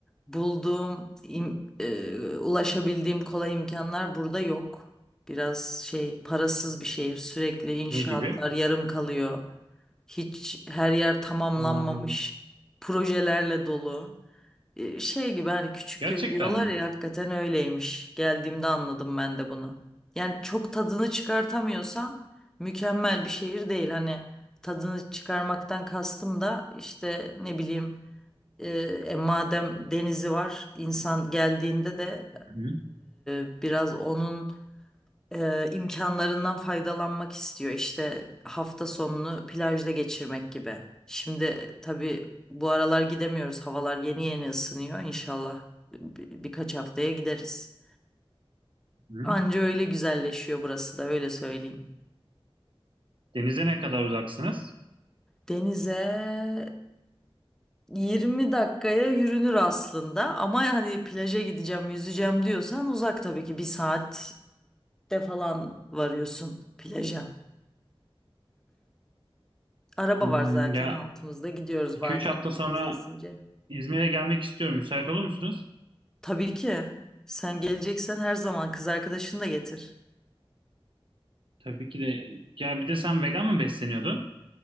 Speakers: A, in the centre; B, on the right (about 60°).
A: bulduğum im- e, ulaşabildiğim kolay imkanlar burada yok. Biraz şey parasız bir şehir sürekli inşaatlar
B: Ne gibi?
A: yarım kalıyor. Hiç her yer tamamlanmamış
B: Aa,
A: projelerle dolu. E, Şey gibi hani küçük
B: gerçekten
A: köy diyorlar
B: mi?
A: ya hakikaten öyleymiş. Geldiğimde anladım ben de bunu. Yani çok tadını çıkartamıyorsan mükemmel bir şehir değil. Hani tadını çıkarmaktan kastım da işte ne bileyim e, e, madem denizi var insan geldiğinde de
B: Hı hı,
A: e, biraz onun e, imkanlarından faydalanmak istiyor. İşte hafta sonunu plajda geçirmek gibi. Şimdi tabii bu aralar gidemiyoruz. Havalar yeni yeni ısınıyor. İnşallah bir- birkaç haftaya gideriz.
B: hı.
A: Anca öyle güzelleşiyor burası da öyle söyleyeyim.
B: Denize ne kadar uzaksınız?
A: Denize 20 dakikaya yürünür aslında ama hani plaja gideceğim, yüzeceğim diyorsan uzak tabii ki bir saatte falan varıyorsun plaja. Araba
B: Hmm,
A: var zaten
B: ya
A: altımızda. Gidiyoruz
B: 2-3
A: bazen
B: hafta sonra
A: kafamıza esince.
B: İzmir'e gelmek istiyorum. Müsait olur musunuz?
A: Tabii ki. Sen geleceksen her zaman kız arkadaşını da getir.
B: Tabii ki de. Ya bir de sen vegan mı besleniyordun?